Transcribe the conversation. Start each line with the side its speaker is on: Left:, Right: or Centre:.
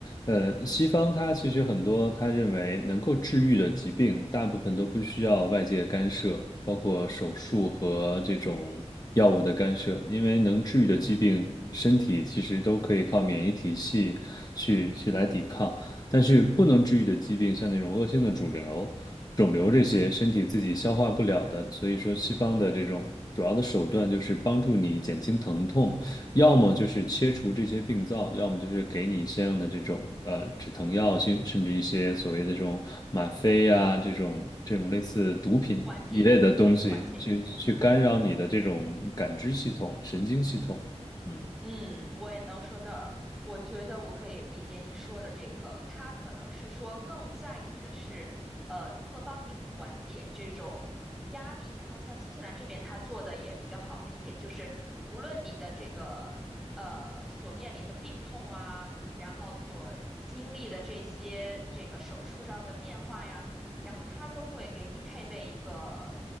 Left: 呃，西方它其实很多他认为能够治愈的疾病，大部分都不需要外界干涉，包括手术和这种药物的干涉，因为能治愈的疾病，身体其实都可以靠免疫体系去去来抵抗。但是不能治愈的疾病，像那种恶性的肿瘤、肿瘤这些，身体自己消化不了的，所以说西方的这种主要的手段就是帮助你减轻疼痛，要么就是切除这些病灶，要么就是给你相应的这种呃止疼药，甚甚至一些所谓的这种吗啡啊，这种这种类似毒品一类的东西，
Centre: 缓解，对，缓解，
Left: 去去干扰你的这种感知系统、
Centre: 嗯。
Left: 神经系统，嗯。
Centre: 嗯，我也能说到，我觉得我可以理解你说的这个，他可能是说更在意的是，呃，如何帮你缓解这种压力。然后像新西兰这边，他做的也比较好的一点就是，无论你的这个呃所面临的病痛啊，然后所经历的这些这个手术上的变化呀，然后他都会给你配备一个